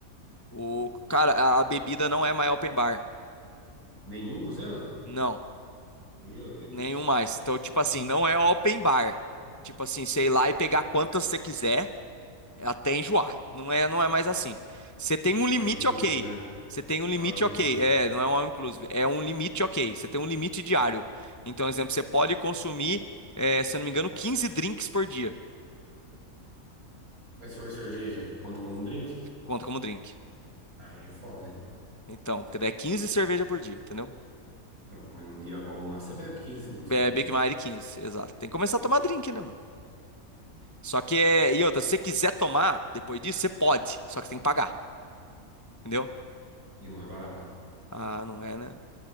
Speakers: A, on the left; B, on the right.
A: o, cara, a, a bebida não é mais open bar.
B: Nenhum cruzeiro?
A: Não,
B: Meu Deus.
A: nenhum mais. Então, tipo assim, não é open bar. Tipo assim, sei lá e pegar quantas você quiser. É até enjoar. Não é, não é mais assim. Você tem um limite,
B: All inclusive,
A: ok.
B: né?
A: Você tem um limite,
B: All inclusive.
A: ok. É, não é um all inclusive. É um limite, ok. Você tem um limite diário. Então, exemplo, você pode consumir, é, se eu não me engano, 15 drinks por dia.
B: Mas se for cerveja, conta como um drink?
A: Conta como drink.
B: Aí é foda, hein?
A: Então, porque daí é 15 cerveja por dia, entendeu?
B: Então, mas num dia bom lá, você bebe 15 litros de
A: É,
B: cerveja.
A: Big Mac 15, exato. Tem que começar a tomar drink, né, mano? Só que é. E outra, se você quiser tomar depois disso, você pode. Só que tem que pagar, entendeu?
B: E não é barato, né?
A: Ah, não é, né?